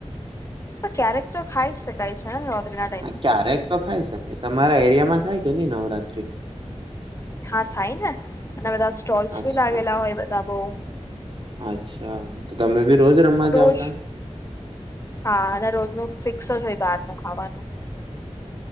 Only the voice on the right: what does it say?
હા ક્યારેક તો ખાઈ શકે તમારા એરિયામાં થાય કે ની નવરાત્રી
અચ્છા
અચ્છા તો તમે બી રોજ રમવા
જાઓ તા